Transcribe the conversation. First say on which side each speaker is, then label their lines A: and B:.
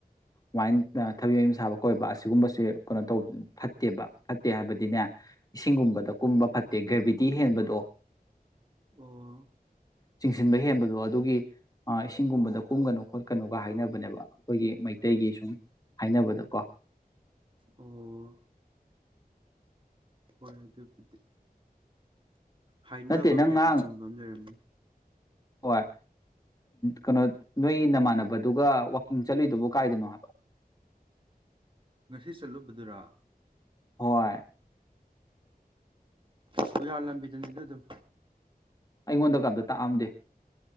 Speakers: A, on the left; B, on the right.
A: ꯑꯗꯨꯃꯥꯏꯅ ꯊꯕꯤ ꯌ ꯁꯥꯕ ꯀꯣꯏꯕ ꯑꯁꯤꯒꯨꯝꯕꯁꯦ ꯀꯩꯅꯣ ꯇꯧꯕ ꯐꯠꯇꯦꯕ ꯐꯠꯇꯦ ꯍꯥꯏꯕꯗꯤꯅꯦ ꯏꯁꯤꯡꯒꯨꯝꯕꯗ ꯀꯨꯝꯕ
B: ꯎꯝ
A: ꯐꯠꯇꯦ ꯒ꯭ꯔꯦꯕꯤꯇꯤ ꯇꯤ ꯍꯦꯟꯕꯗꯣ
B: ꯑꯣ
A: ꯆꯤꯡꯁꯤꯟꯕ ꯍꯦꯟꯕꯗꯣ ꯑꯗꯨꯒꯤ ꯏꯁꯤꯡꯒꯨꯝꯕꯗ ꯀꯨꯝꯒꯅꯨ ꯈꯣꯠ ꯀꯩꯅꯣꯒ ꯍꯥꯏꯅꯕꯅꯦꯕ ꯑꯩꯈꯣꯏꯒꯤ ꯌꯦ ꯁꯨꯝ ꯍꯥꯏꯅꯕꯗꯀꯣ
B: ꯑꯣ ꯍꯣꯏ ꯑꯗꯨꯗꯤ ꯍꯥꯏꯅꯕ
A: ꯅꯠꯇꯦ
B: ꯑꯃ
A: ꯅꯪ
B: ꯂꯩꯗꯤ
A: ꯉꯔꯥꯡ
B: ꯆꯨꯝꯕ ꯑꯃ ꯂꯩꯔꯝꯅꯤ
A: ꯍꯣꯏ ꯀꯩꯅꯣ ꯅꯣꯏ ꯅꯃꯥꯟꯅꯕꯗꯨꯒ ꯋꯥꯋꯥꯛꯀꯤꯡ ꯆꯠꯂꯨꯏꯗꯨꯕꯨ ꯀꯥꯏꯗꯅꯣ ꯍꯥꯏꯕ
B: ꯉꯁꯤ ꯆꯠꯂꯨꯕꯗꯨꯔ
A: ꯍꯣꯏꯣꯏ
B: ꯀꯨꯌꯥꯜ ꯂꯝꯕꯤꯗꯅꯤꯗ ꯑꯗꯨꯝ
A: ꯑꯩꯉꯣꯟꯗ ꯀꯝꯇ ꯇꯥꯛꯑꯝꯗꯦ